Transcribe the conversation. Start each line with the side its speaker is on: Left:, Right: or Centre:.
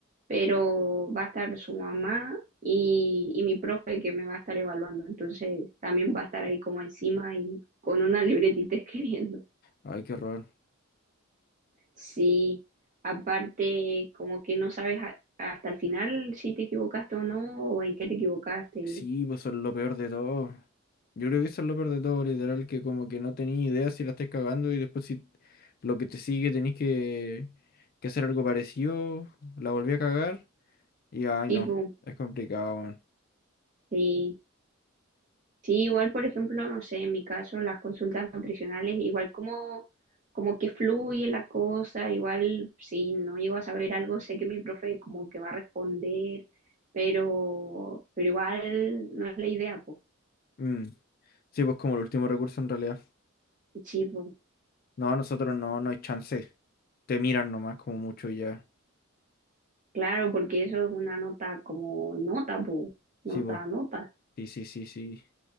Right: pero va a estar su mamá y, y mi profe que me va a estar evaluando. Entonces también va a estar ahí como encima y con una libretita <laughs> escribiendo.
Left: Ay, qué horror.
Right: Sí, aparte como que no sabes a- hasta el final si te equivocaste o no, o en qué te equivocaste.
Left: Sí, pues son lo peor de todo. Yo creo que eso es lo peor de todo, literal, que como que no tenéis idea si la estáis cagando y después si lo que te sigue tenéis que, que hacer algo parecido, la volví a cagar y ay
Right: Tipo,
Left: no, es complicado, weón.
Right: sí, Sí, igual, por ejemplo, no sé, en mi caso, las consultas nutricionales, igual como, como que fluye la cosa, igual si no llego a saber algo, sé que mi profe como que va a responder, pero, pero igual no es la idea, pues.
Left: Mm. Sí, pues como el último recurso en realidad.
Right: Sí, po.
Left: No, nosotros no, no hay chance. Te miran nomás como mucho y ya.
Right: Claro, porque eso es una nota como nota, po. Nota,
Left: Sí, pues.
Right: nota.
Left: Sí, sí, sí, sí.